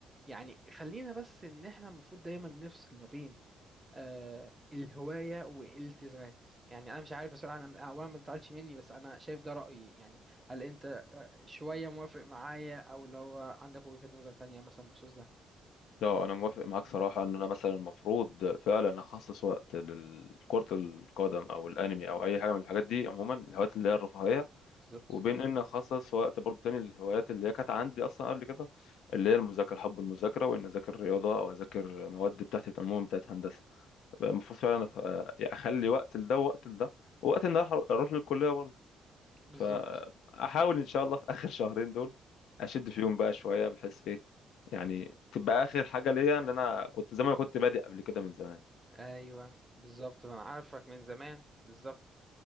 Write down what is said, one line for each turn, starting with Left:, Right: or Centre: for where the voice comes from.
Right: يعني خلينا بس ان احنا المفروض دايما نفصل ما بين آه الهواية والالتزامات يعني انا مش عارف بصراحة انا اولا ما تزعلش مني بس انا شايف ده رأيي يعني هل انت آه، شوية موافق معايا او اللي هو عندك وجهة نظر تانية مثلا بخصوص ده
Left: لا انا موافق معاك صراحه ان انا مثلا المفروض فعلا اخصص وقت لكره القدم او الانمي او اي حاجه من الحاجات دي عموما الهوايات اللي هي الرفاهيه
Right: بالظبط
Left: وبين ان اخصص وقت برضو تاني للهوايات اللي هي كانت عندي اصلا قبل كده اللي هي المذاكره حب المذاكره وان اذاكر رياضه او اذاكر مواد بتاعتي عموما بتاعت هندسه المفروض فعلا أف- اخلي وقت لده ووقت لده ووقت ان أنا اروح للكليه برضو.
Right: بالظبط
Left: فاحاول ان شاء الله في اخر شهرين دول اشد فيهم بقى شويه بحيث ايه يعني تبقى اخر حاجه ليا ان انا كنت زي ما انا كنت بادئ قبل كده من زمان
Right: ايوه بالظبط ما انا عارفك من زمان بالظبط